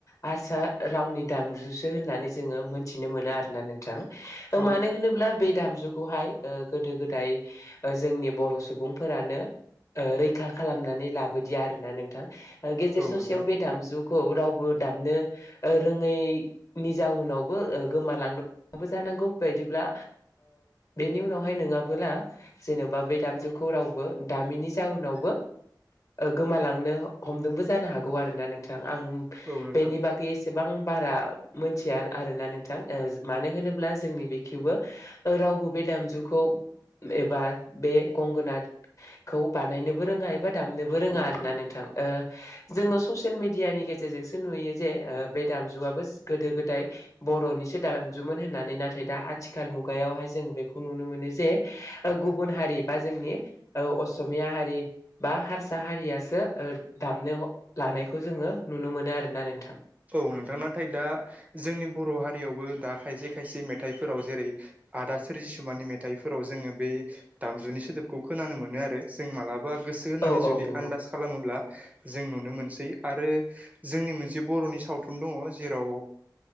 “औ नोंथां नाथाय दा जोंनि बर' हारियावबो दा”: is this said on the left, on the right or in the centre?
Right